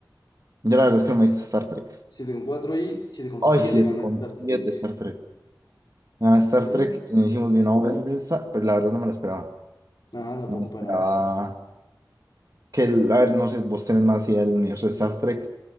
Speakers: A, on the right; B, on the left.
A: Yo la verdad es que no me hice Star Trek.
B: siete coma cuatro y siete coma
A: Ay,
B: siete
A: siete
B: gana
A: con
B: Star
A: siete
B: Trek.
A: Star Trek. Nada,
B: Está
A: Star
B: bien.
A: Trek y nos hicimos de una hora de esa, pero la verdad no me lo esperaba.
B: Nada, tampoco
A: No me esperaba
B: para nada.
A: que, el- a ver, no sé, vos tenés más idea del universo de Star Trek.